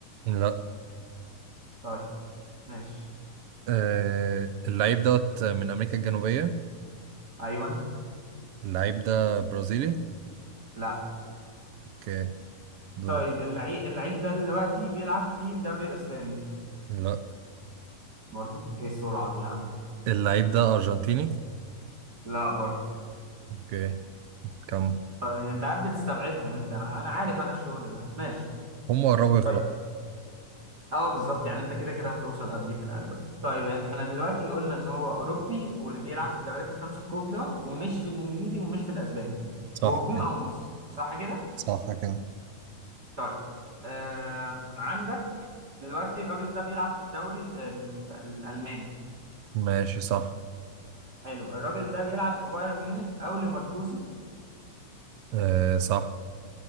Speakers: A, on the right; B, on the right.
A: لا
B: طيب ماشي
A: آه اللعيب دوت من أمريكا الجنوبية
B: ايوه
A: اللعيب ده برازيلي
B: لا
A: اوكي دورك
B: طيب اللعيب اللعيب ده دلوقتي بيلعب في الدوري الإسباني
A: لا
B: برضو ايه السرعة دي يا عم
A: اللعيب ده أرجنتيني
B: لا برضو
A: اوكي كم
B: طيب، انت عارف بتستبعدهم انت انا انا عارف انا الشغل ده ماشي
A: هم قربوا يخلصوا
B: طيب اه بالظبط يعني انت كده كده هتوصل قبلي في الاغلب طيب يعني احنا دلوقتي قلنا ان هو اوروبي واللي بيلعب في الدوريات الخمسة الكبرى ومش في الانجليزي ومش في الاسباني
A: صح
B: وهجوم
A: كده
B: او نص صح كده
A: صح كده
B: طيب آم، عندك دلوقتي الراجل ده بيلعب في الدوري ال- ال- الالماني
A: ماشي صح
B: حلو الراجل ده بيلعب في بايرن ميونخ او ليفركوزن
A: آه صح